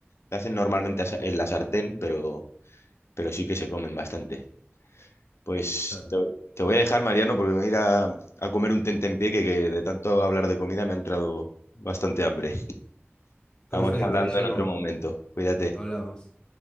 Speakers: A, on the left (about 80°); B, on the left (about 20°).
A: se hacen normalmente asa- en la sartén, pero, pero sí que se comen bastante. Pues
B: Claro.
A: te, te voy a dejar, Mariano, porque me voy a ir a, a comer un tentempié que, que de tanto hablar de comida me ha entrado bastante hambre. Estamos
B: Perfecto,
A: hablando
B: Guillermo,
A: en otro momento. Cuídate.
B: hablamos.